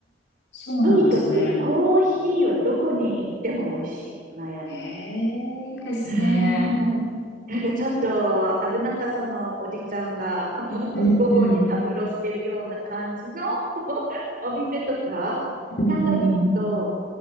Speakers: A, on the left (about 70°); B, on the right (about 50°).
A: そうなんですね。
B: とにかくコーヒーはどこに行っても美味しい。マヤに。
A: へえ、いいですね。
B: <laughs> うーん。なんかちょっと危なっかそのおじちゃんが <laughs>
A: うん、
B: 午後にたむろしてるような感じの
A: うん。
B: <laughs> お店とか、
A: うん。
B: 中に行くと、